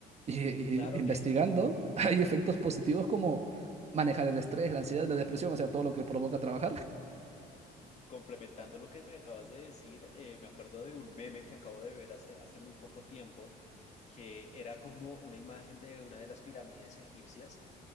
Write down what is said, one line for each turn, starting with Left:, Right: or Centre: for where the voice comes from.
Right: Y,
Left: Claro,
Right: y investigando, <laughs> hay efectos positivos como manejar el estrés, la ansiedad, la depresión, o sea, todo lo que provoca trabajar.
Left: <laughs> complementando lo que me acabas de decir, eh, me acuerdo de un meme que acabo de ver hace, hace muy poco tiempo, que era como una imagen de una de las pirámides egipcias